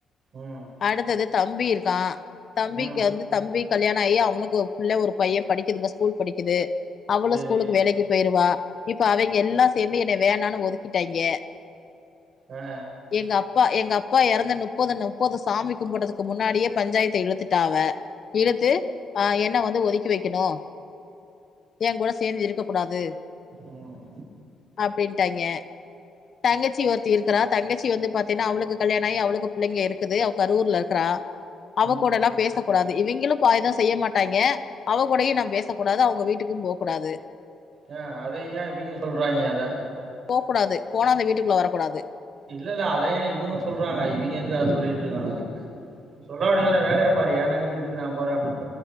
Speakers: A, on the right; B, on the left.
A: ம்
B: அடுத்தது தம்பி இருக்கா, தம்பிக்கு
A: ம்
B: வந்து தம்பி கல்யாணாயி அவனுக்கு புள்ள, ஒரு பைய படிக்குதுங்க ஸ்கூல் படிக்குது அவளு
A: சரி
B: ஸ்கூலுக்கு வேலைக்கு போயிருவா இப்ப அவய்ங்கெல்லா சேந்து என்னைய வேணானு ஒதுக்கிட்டாய்ங்க
A: ஆ ஆ
B: எங்கப்பா எங்கப்பா எறந்த நுப்பது நு ப்பது சாமி கும்பட்றதுக்கு முன்னாடியே பஞ்சாயத்த இழுத்துட்டாவ இழுத்து ஆ என் ன வந்து ஒதுக்கி வெக்கணு எங்கூட சேந்து இருக்கக் கூடாது
A: ம்
B: அப்டின்ட்டாய்ங்க தங்கச்சி ஒருத் தி இருக்கறா தங்கச்சி வந்து பாத்தீன்னா அவளுக்கு கல்யாணாயி அவளுக்கு புள்ளைங்க இருக்குது அவ கரூர்ல இருக்கறா அவ
A: ம்
B: கூடல்லா
A: ம்
B: பேச கூடாது இவிங்களு பாய் தா செய்ய மாட்டாய்ங்க அவ கூடயு நா பேசக்கூடாது அவங்க வீட்டுக்கு போ கூடாது
A: ஏ அத ஏ இவிங்க சொல்றாய்ங்க அத
B: போ கூடாது போனா அந்த வீட்டுக்குள்ள வரக்கூடாது
A: இல்லல்ல அத ஏ இவுங்க சொல்றாங்க, இவிங்க எதுக்கு அத சொல்லிட்ருக்கானுங்க? ம் சொல்ல வேண்டியதான வேலைய பாரு எ தங்கச்சி வீட்டுக்கு நா போறே அப்டி